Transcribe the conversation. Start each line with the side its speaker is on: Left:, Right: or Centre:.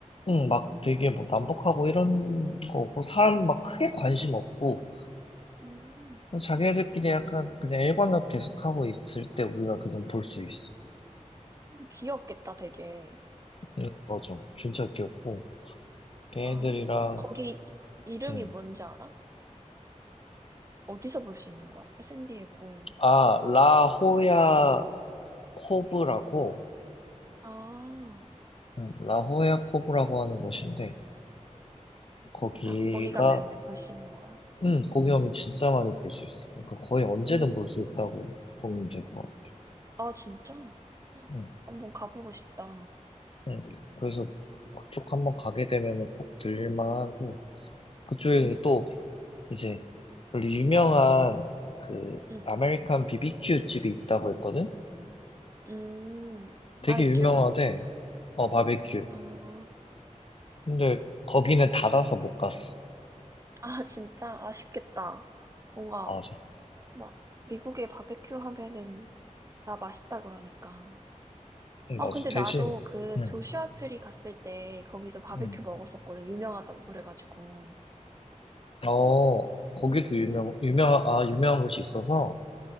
Left: 응, 막 되게 뭐 남북하고 이런 거 없고, 사람 막 크게 관심 없고,
Right: 음,
Left: 자기들끼리 약간 그냥 일관력 계속하고 있을 때 우리가 그냥 볼 수 있어.
Right: 귀엽겠다, 되게.
Left: 응, 맞아. 진짜 귀엽고, 걔네들이랑,
Right: 아, 거기 이- 이름이
Left: 응.
Right: 뭔지 알아? 어디서 볼 수 있는 거야? 샌디에고.
Left: 아, 라호야 코브라고,
Right: 아,
Left: 음, 라호야코브라고 하는 곳인데 거기가
Right: 아, 거기 가면은 볼 수 있는 거야?
Left: 음, 거기 가면 진짜 많이 볼 수 있어. 그러니까 거의 언제든
Right: 음,
Left: 볼 수 있다고 보면 될 것 같아.
Right: 아, 진짜? 헉,
Left: 음,
Right: 한번 가보고 싶다.
Left: 음. 그래서 그쪽 한번 가게 되면은 꼭 들릴만 하고 그쪽에
Right: 응,
Left: 또 이제 원래 유명한 그
Right: 응,
Left: 아메리칸 비비큐 집이 있다고 했거든.
Right: 음,
Left: 되게
Right: 바베큐?
Left: 유명하대. 어 바베큐.
Right: 아,
Left: 근데 거기는 닫아서 못 갔어.
Right: 아, 진짜 아쉽겠다. 뭔가
Left: 맞아.
Right: 막 미국에 바베큐 하면은 다 맛있다 그러니까.
Left: 응,
Right: 아,
Left: 맞아.
Right: 근데 나도
Left: 대신
Right: 그
Left: 응.
Right: 조슈아 트리 갔을 때 거기서 바베큐
Left: 응.
Right: 먹었었거든. 유명하다고 그래가지고.
Left: 어, 거기도 유명, 유명, 아, 유명한 곳이 있어서,